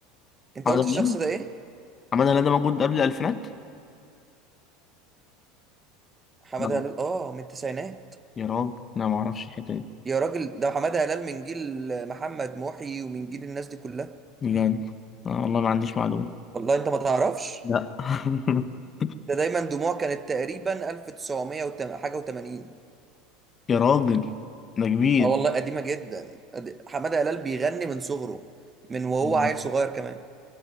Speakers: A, on the right (about 25°); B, on the left (about 30°).
A: انت
B: حمادة
A: قلت
B: هلال
A: الشخص ده ايه
B: حمادة هلال ده موجود قبل الألفينات
A: حماده
B: لا
A: هلال اه من التسعينات
B: يا رب انا ما اعرفش الحته دي
A: يا راجل ده حماده هلال من جيل محمد محي ومن جيل الناس دي كلها
B: بجد آه والله ما عنديش معلومة
A: والله انت ما تعرفش
B: لا <laughs>
A: ده دايما دموع كانت تقريبا 1900 وتم- حاجه و80
B: يا راجل ده كبير
A: اه والله قديمه جدا قد- حماده هلال بيغني من صغره من وهو
B: <laughs> مم.
A: عيل صغير كمان